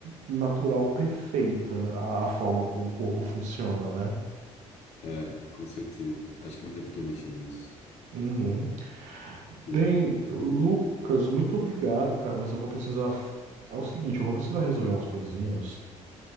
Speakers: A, on the right (about 75°); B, on the left (about 60°).
A: natural perfeita, a, a forma como o corpo funciona, né?
B: É, é, com certeza. Acho que não tem por que mexer nisso.
A: Uhum.
B: Porque-
A: Bem,
B: <laughs>
A: Lucas, muito obrigado, cara, mas eu vou precisar. f- É o seguinte, eu vou precisar resolver umas coisinhas.